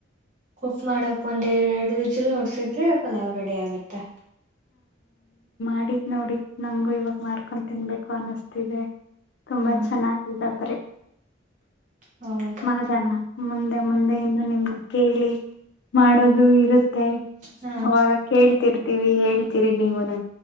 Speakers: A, on the right; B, on the left.
A: ಕುಫ್ ಮಾಡಕ್ ಒಂದ್ ಎರಡು ವಿಸಿಲ್ ನೋಡ್ಸಿದ್ರೆ ಯಲ್ಲ ಅವ ರೆಡಿ ಆಗತ್ತೆ
B: ನಡಿದ್ ನೋಡಿದ ನಂಗು ಇವಾಗ ಮಾರ್ಕೊಂಡ್ ತಿನ್ಬೇಕು ಅನಸ್ತಿದೆ ತುಂಬಾ
A: ಹಾ
B: ಚೆನ್ನಾಗಿದಾದ್ರೆ
A: ಹೌದಾ
B: ಮಾಡೋಣ ಮುಂದೆ ಮುಂದೆ ಇನ್ನು ನಿಮ್ಮ ಕೇಳಿ ಮಾಡೋದು ಇರುತ್ತೆ ಮತ್ತೆ
A: ಹಾ
B: ಅವಾಗ ಕೇಳ್ತಿರ್ತೀವಿ ಹೇಳ್ತೀರಿ ನೀವು